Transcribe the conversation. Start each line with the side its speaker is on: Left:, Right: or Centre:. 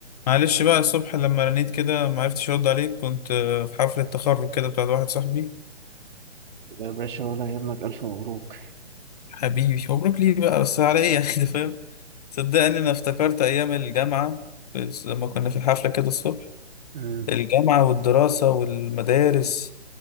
Left: معلش بقى الصبح لما رنيت كده ما عرفتش ارد عليك كنت آه، في حفلة تخرج كده بتاعت واحد صاحبي
Right: يا باشا ولا يهمك ألف مبروك
Left: حبيبي مبروك ليه بقى بس على ايه يعني <laughs> ده فاهم صدقني انا افتكرت ايام الجامعة بس لما كنا في الحفلة كده الصبح
Right: مم.
Left: الجامعة والدراسة والمدارس